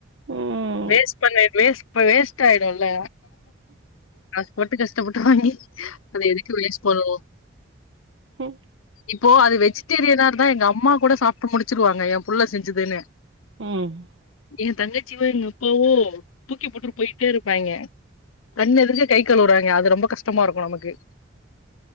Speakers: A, on the right; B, on the left.
A: ம்
B: வேஸ் பண்ண வேஸ் வேஸ்ட் ஆயிடுல்ல காச போட்டு கஷ்டப்பட்டு வாங்கி அத எதுக்கு வேஸ்ட் பண்ணனு
A: ம்
B: இப்போ அது வெஜிடேரியனா இருந்தா எங்க அம்மா கூட சாப்ட்டு முடிச்சிருவாங்க எ புள்ள செஞ்சதுன்னு
A: ம்
B: எ தங்கச்சியோ எங்க அப்பாவோ தூக்கி போட்டுட்டு போயிட்டே இருப்பாங்க கண் எதுர்லியே கை கழுவுறாங்க அது ரொம்ப கஷ்டமா இருக்கு நமக்கு